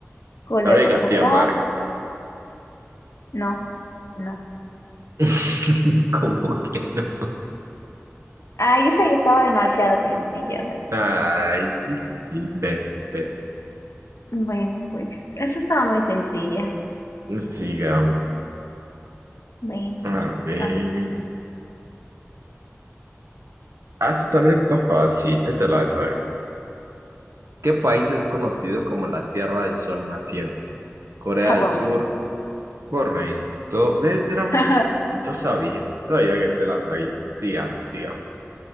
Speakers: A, on the left; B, on the right.
A: ¿Julio
B: Gabriel
A: Cortázar?
B: García Márquez.
A: No, no.
B: <laughs> ¿Cómo que no?
A: Ah, esa ya estaba demasiado sencilla. Bueno,
B: Ay, sí, sí, sí, vete, vete.
A: bueno, pues eso estaba muy sencilla.
B: Sigamos.
A: Bueno,
B: A ver.
A: con
B: Ah, sí, también está fácil. Esta la de saber. ¿Qué país es conocido como la Tierra del Sol Naciente? Corea
A: Japón.
B: del Sur, Correcto. ¿Ves?
A: <laughs>
B: Era muy fácil. Yo sabía. Sabía que te la sabías. Sigamos, sigamos.